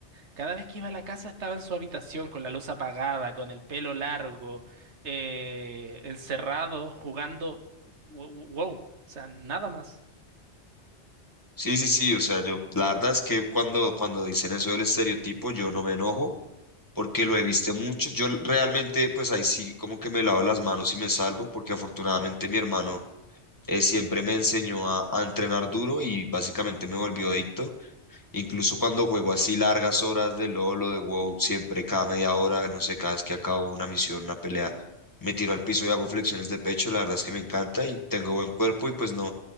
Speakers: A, on the right; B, on the left.
A: Cada vez que iba a la casa estaba en su habitación con la luz apagada, con el pelo largo, eh, encerrado, jugando. Wo- wo- Wow, o sea, nada más.
B: Sí, sí, sí. O sea, yo, la verdad es que cuando, cuando dicen eso del estereotipo, yo no me enojo porque lo he visto mucho. Yo realmente, pues ahí sí, como que me lavo las manos y me salvo porque afortunadamente mi hermano eh, siempre me enseñó a, a entrenar duro y básicamente me volvió adicto. Incluso cuando juego así largas horas de LOL o de WoW, siempre cada media hora, no sé, cada vez que acabo una misión, una pelea, me tiro al piso y hago flexiones de pecho, la verdad es que me encanta y tengo buen cuerpo y pues no,